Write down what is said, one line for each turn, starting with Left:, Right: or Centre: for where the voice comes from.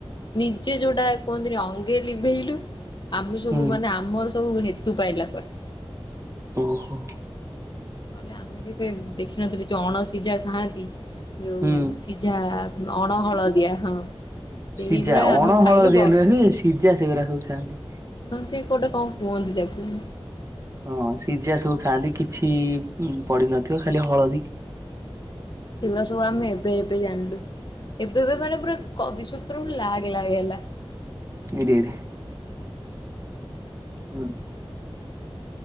Left: ନିଜେ ଯୋଉଟା କୁହନ୍ତିନି ଅଙ୍ଗେ ଲିଭେଇଲୁ। ଆମେ ସବୁ
Right: ହୁଁ
Left: ମାନେ ଆମର ସବୁ ହେତୁ ପାଇଲା ପରେ।
Right: ଓହୋ।
Left: ନହଲେ ଆମେ କେବେ ଦେଖିନଥିଲୁ ଯୋଉ ଅଣ ସିଝା ଖାଆନ୍ତି। ଯୋଉ
Right: ହୁଁ
Left: ସିଝା ଅଣ ହଳଦିଆ ହଁ। ସେଇଗୁରା
Right: ସିଝା
Left: ଆମେ
Right: ଅଣ
Left: ଖାଇଲୁ
Right: ହଳଦିଆ
Left: ବଡ
Right: ନୁହେରେ ସିଝା ସେଗୁଡ଼ାକୁ ଖାଆନ୍ତି।
Left: ହଁ ସେ ଗୋଟେ କଣ କୁହନ୍ତି ତାକୁ।
Right: ହଁ ସିଝା ସବୁ ଖାଆନ୍ତି, କିଛି ପଡିିନଥିବ ଖାଲି ହଳଦୀ।
Left: ସେଗୁରା ସବୁ ଆମେ ଏବେ ଏବେ ଜାଣିଲୁ ଏବେ ଏବେ ମାନେ ପୁରା ବିଶ୍ୱାସ କରିବୁନି ପୁରା ଲାଗ୍ ଲାଗ ହେଲା।
Right: ଇରେ ଇରେ। ହୁଁ।